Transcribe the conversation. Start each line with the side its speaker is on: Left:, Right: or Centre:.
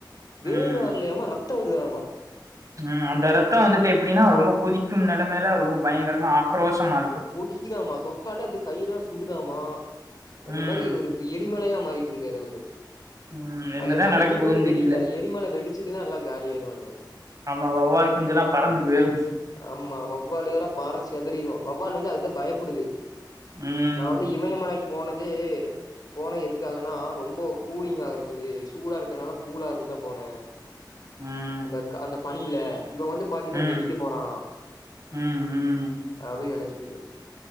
Left: வேர்வ
Right: ம்
Left: வர்லியாம ரத்த வருதாமா
Right: ம் அந்த ரத்த வந்துட்டு எப்டினா ரொம்ப கொதிக்கும் நிலமைல ரொம்ப பயங்கரமா ஆக்ரோசமா இருக்கா
Left: கொதிக்கிதாமா தொட்டாலே அப்டி கையிலா சுடுதாமா அந்த
Right: ம்
Left: மாரி ஒரு எரிமலையா மாறிட்ருக்காரு அவுரு
Right: ம் என்னதா
Left: அது எப்ப
Right: நடக்க
Left: வெடிக்குனு
Right: போதுன்னு
Left: தெரியில
Right: தெரில
Left: எரிமல வெடிச்சுதுனா எல்லா காலியாய்ருவானுங்க
Right: ஆமா வவ்வால் குஞ்சுலா பறந்து பேய்ரு
Left: ஆமா வவ்வால் எலா பறஞ் செதறிரு வவ்வாலு வந்து அதுதா பயப்புடுது
Right: ம்
Left: இந்த இமயமலைக்கி போனது போன எதுக்காகனா ரொம்ப கூலிங்காக இருக்குது சூடா இருக்கற்னால கூல இருக்கதா போனே
Right: ம்
Left: அந்த க அந்த பணியில இவ வந்து பாத்தீங்னா
Right: ம்
Left: வெடிக்க போறா
Right: ம் ம்
Left: அப்டின் நெனச்டுர்கே